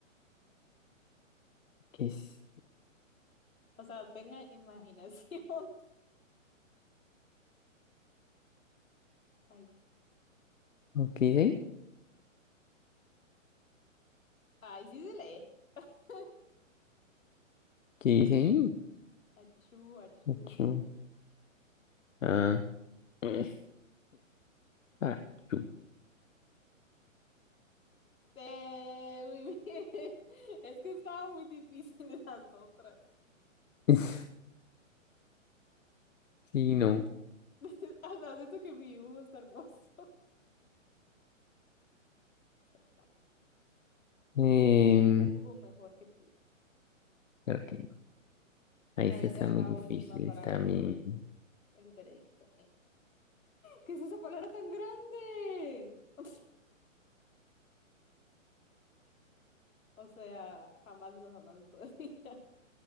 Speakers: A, on the left; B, on the left.
A: ¿qué es?
B: O sea, tenga imaginación. <laughs> Ay,
A: ¿Qué dice ahí?
B: ay, sí se lee. <laughs>
A: ¿Qué dice ahí?
B: Achú, achú.
A: Achú. Ah. <laughs> Achú.
B: Eh, muy bien. <laughs> Es que estaba muy difícil <laughs> las otras.
A: <laughs> Sí, no.
B: <laughs> O sea, siento que mi dibujo está hermoso. <laughs> Acéptalo.
A: Em,
B: Dibujo mejor que tú.
A: creo que no. ahí
B: A
A: se
B: ver,
A: están
B: ya la
A: muy difíciles
B: última para
A: también.
B: ver co- el veredicto. Eh, ¿Qué es esa palabra tan grande? <laughs> O sea, jamás de los jamás puedo adivinar.